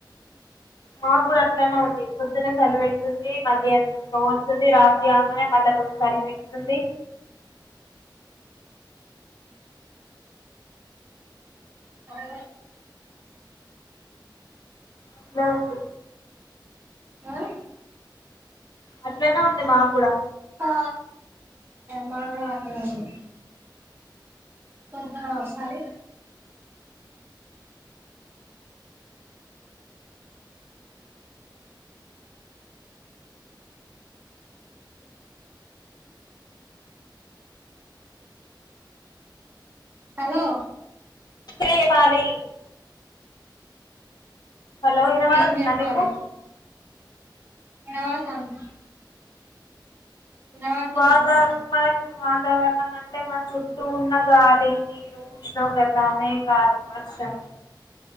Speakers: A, on the left; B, on the right.
A: మా కూడా అట్లనే ఉంది పొద్దునే చలి పెడుతుంది మధ్యానం ఉడకపోస్తుంది రాత్రి కాంగానే మళ్ళ కొద్దిగ చలి పెడుతుంది
B: సరే
A: అట్లే ఉంది
B: ఆ
A: అట్లానే ఉంది మా కూడా
B: ఆ మాకుడా అట్లానే ఉంది పొద్దున సలీ హలో
A: ఇప్పుడే చెప్పాలి హలో విన పడుతుంద
B: ఏం చెప్పాలి
A: మీకు
B: వినపడతాంది వినపడతాంది
A: వాటర్
B: వినపడతాంది
A: పైప్ వాతావరణం అంటే మా చుట్టూ ఉన్న గాలి నీరు ఉష్ణోగత మేగాలు వర్షం